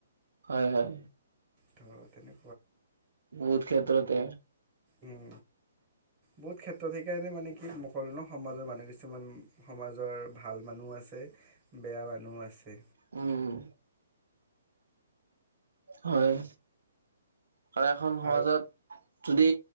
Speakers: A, on the right; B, on the right.
A: হয় -হয়।
B: ত তেনে
A: বহুত ক্ষেত্ৰতে।
B: উম বহুত ক্ষেত ত' সেইকাৰণে মানে কি মই কলো নহয় সমাজৰ মানুহ কি উম। সমাজৰ ভাল মানুহ আছে বেয়া মা নুহ আছে।
A: উম। হয়। আৰু এখন সমাজত
B: আৰু
A: যদি